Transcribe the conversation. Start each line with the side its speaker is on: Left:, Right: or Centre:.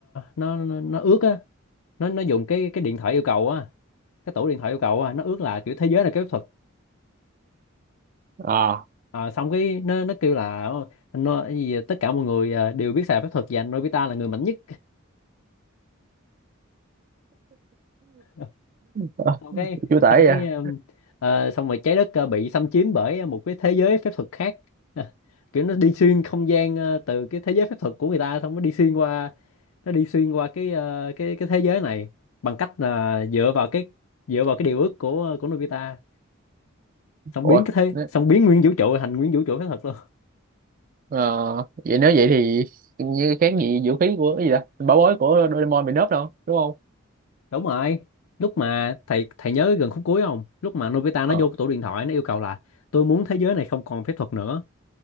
Left: nó nó, nó ước á, nó nó dùng cái cái điện thoại yêu cầu á, cái tủ điện thoại yêu cầu á, nó ước là kiểu thế giới là cái phép thuật
Right: à
Left: Ờ, xong cái nó nó kêu là nó cái gì tất cả mọi người ờ, đều biết xài phép thuật và anh Nobita là người mạnh nhất <laughs>
Right: Ờ,
Left: xong cái
Right: chú tải
Left: xong cái
Right: vậy à?
Left: um, ờ, xong rồi trái đất ờ, bị xâm chiếm bởi một cái thế giới phép thuật khác <laughs> kiểu nó đi xuyên không gian ờ, từ cái thế giới phép thuật của người ta xong nó đi xuyên qua nó đi xuyên qua cái ờ, cái cái thế giới này bằng cách là dựa vào cái dựa vào cái điều ước của của Nobita xong
Right: ủa
Left: biến cái thế
Right: nếu-
Left: xong biến nguyên vũ trụ thành nguyên vũ trụ phép thuật luôn
Right: ờ, vậy nếu vậy thì như kháng nghị vũ khí của cái gì đó bảo bối của Doraemon bị nớp đâu đúng không
Left: đúng rồi lúc mà thầy thầy nhớ gần khúc cuối không lúc mà Nobita nó
Right: ờ
Left: vô cái tủ điện thoại nó yêu cầu là tôi muốn thế giới này không còn phép thuật nữa